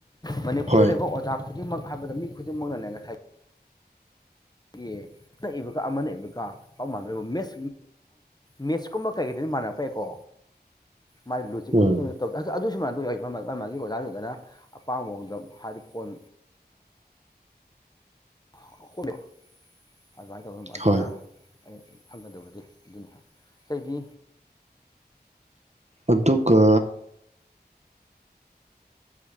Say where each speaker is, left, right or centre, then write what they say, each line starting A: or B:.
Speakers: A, on the left; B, on the right.
A: ꯃꯅꯤꯄꯨꯔꯗ
B: ꯍꯣꯏ
A: ꯂꯩꯕ ꯑꯣꯖꯥ ꯈꯨꯗꯤꯡꯃꯛ ꯍꯥꯏꯕꯗ ꯃꯤ ꯈꯨꯗꯤꯡꯃꯛꯅꯅꯦ ꯉꯁꯥꯏ ꯑꯩꯒꯤꯅ ꯏꯕꯒ ꯑꯃꯅ ꯏꯕꯒ ꯄꯥꯎ ꯃꯥꯟꯅꯔꯤꯕꯦꯠ ꯃꯦꯠꯁꯀꯨꯝꯕ ꯀꯩꯀꯩꯗꯗꯤ ꯃꯥꯟꯅꯔꯛꯄ ꯌꯥꯏꯀꯣ ꯃꯥꯒꯤ ꯂꯣꯖꯤꯛ
B: ꯎꯝ
A: ꯑꯗꯨꯁꯨ ꯃꯥꯟꯅꯗꯦ ꯑꯗꯨ ꯃꯥꯒꯤ ꯑꯣꯖꯥꯗꯨꯗꯅ ꯑꯄꯥꯝꯕ ꯃꯑꯣꯡꯗ ꯍꯥꯏꯗꯤ ꯐꯣꯟ <unintelligible> ꯑꯗꯨꯃꯥꯏꯅ ꯇꯧꯅ ꯑꯗꯨꯅ
B: ꯍꯣꯏ
A: ꯈꯪꯒꯗꯕꯗꯤ ꯑꯗꯨꯅꯤ ꯑꯇꯩꯗꯤ
B: ꯑꯗꯨꯒ